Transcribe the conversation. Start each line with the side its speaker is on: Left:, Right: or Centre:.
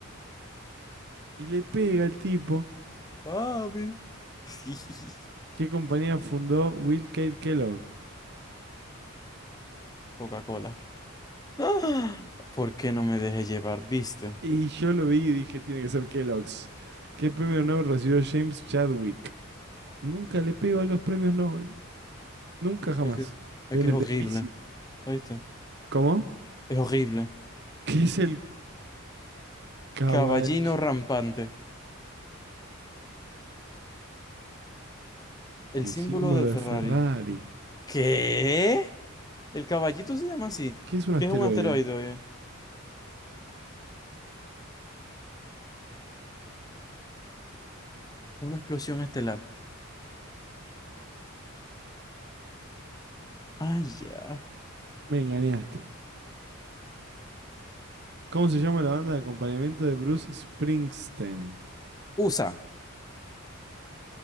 Right: Y le pega el tipo.
Left: Papi. <laughs>
Right: ¿Qué compañía fundó Will Kate Kellogg?
Left: Coca-Cola. Ah, ¿Por qué no me dejé llevar? ¿Viste?
Right: Y yo lo vi y dije, tiene que ser Kellogg's. ¿Qué premio Nobel recibió James Chadwick? Nunca le pego a los premios Nobel. Nunca jamás.
Left: Es que, es
Right: De,
Left: que
Right: de
Left: es horrible,
Right: física.
Left: ¿oíste?
Right: ¿Cómo?
Left: Es horrible.
Right: ¿Qué es el caballo?
Left: Caballino rampante. El
Right: El
Left: símbolo
Right: símbolo
Left: de
Right: de
Left: Ferrari.
Right: Ferrari.
Left: ¿Qué? El caballito se llama así.
Right: ¿Qué es un asteroide?
Left: ¿Qué es un asteroide, oye? Una explosión estelar. Ah, ya.
Right: Me engañaste. ¿Cómo se llama la banda de acompañamiento de Bruce Springsteen?
Left: USA.